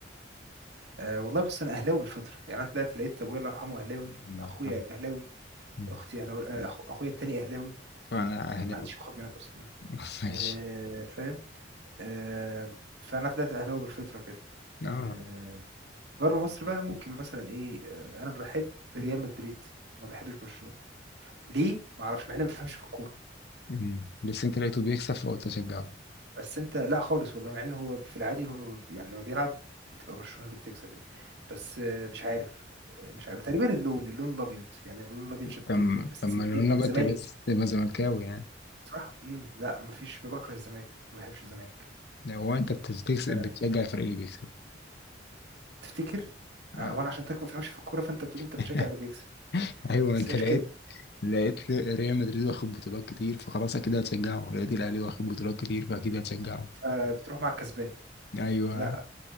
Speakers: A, on the right (about 65°); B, on the left (about 55°).
A: آه والله بص انا اهلاوي بالفطره يعني انا طلعت لقيت ابويا الله يرحمه اهلاوي
B: عمار
A: اخويا
B: آه.
A: اهلاوي
B: مم.
A: اختي اهلاوي آه أخ- اخويا التاني اهلاوي
B: فأنا
A: آه
B: أهلاوي
A: ما عنديش اخوات بنات اصلا
B: <laughs> ماشي
A: آه فاهم آه فانا طلعت اهلاوي بالفطره كده آه
B: آه
A: بره مصر بقى ممكن مثلا ايه آه انا بحب ريال مدريد ما بحبش برشلونه ليه ما اعرفش مع اني ما بفهمش في الكوره
B: مم. بس أنت لقيته بيكسب فقلت أشجعه
A: بس انت لا خالص والله مع انه هو في العادي هو يعني لما بيلعب بتبقى برشلونة اللي بتكسب يعني بس آه، مش عارف آه، مش عارف تقريبا اللون اللون الابيض يعني اللون الابيض شدني
B: طب
A: فاهم بس
B: طب ما
A: ليه
B: لو أنا
A: طب
B: بقى
A: الزمالك
B: تبقى تبقى زملكاوي يعني
A: صح؟ امم لا مفيش بكره الزمالك ما بحبش الزمالك
B: هو انت بتستكسب
A: آه،
B: بتشجع الفريق اللي بيكسب
A: تفتكر
B: اه
A: آه، وانا عشان تك ما فهمش في الكوره فانت بتقول انت بتشجع
B: <laughs>
A: اللي بيكسب
B: ايوه
A: بس
B: انت
A: هي مش
B: لقيت
A: كده
B: لقيت ريال مدريد واخد بطولات كتير فخلاص اكيد هتشجعه لقيت الاهلي واخد بطولات كتير فاكيد هتشجعه
A: فبتروح مع الكسبان
B: ايوه
A: لا